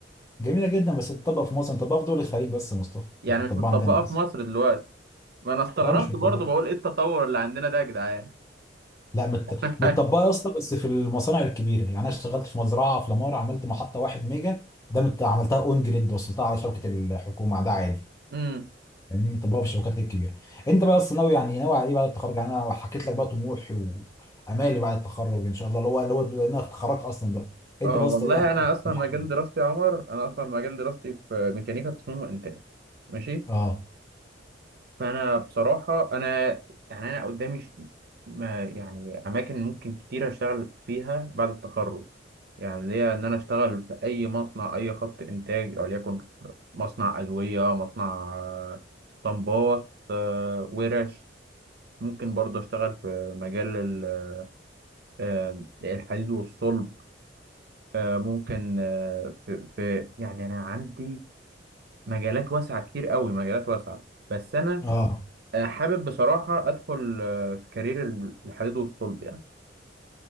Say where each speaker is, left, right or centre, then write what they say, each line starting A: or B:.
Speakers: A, on the left; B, on the right.
A: جميله جدا بس تطبق في مصر تطبق في دول الخليج بس يا مصطفى
B: يعني
A: مش متطبقه
B: مش متطبقه
A: عندنا للاسف
B: في مصر دلوقتي ما انا استغربت
A: لا مش متطبقه
B: برضو بقول ايه التطور اللي عندنا ده يا جدعان
A: لا مت...
B: <laughs>
A: متطبقه يا اسطى بس في المصانع الكبيره يعني انا اشتغلت في مزرعه في لامار عملت محطه واحد ميجا ده مت... عملتها اون جريد وصلتها على شبكه الحكومه ده عادي
B: امم
A: فاهمني ما تطبقها في الشبكات الكبيره انت بقى اصلا ناوي يعني ناوي على ايه بعد التخرج يعني انا حكيت لك بقى طموحي وامالي بعد التخرج ان شاء الله اللي هو اللي هو لأن انا اتخرجت اصلا دلوقتي انت
B: اه
A: بس
B: والله
A: ايه امالك
B: انا اصلا
A: طموحك؟
B: مجال دراستي يا عمر انا اصلا مجال دراستي في ميكانيكا تصميم وانتاج ماشي
A: اه
B: فانا بصراحه انا يعني انا قدامي ش- ما يعني اماكن ممكن كتير اشتغل فيها بعد التخرج يعني ليا ان انا اشتغل في اي مصنع اي خط انتاج وليكن مصنع ادويه مصنع آه، اسطمبات آه، ورش ممكن برضه اشتغل في مجال ال- آه، الحديد والصلب آه، ممكن آه، في, في يعني انا عندي مجالات واسعه كتير قوي مجالات واسعه بس انا
A: اه
B: آه، حابب بصراحه ادخل آه، في كارير ال- الحديد والصلب يعني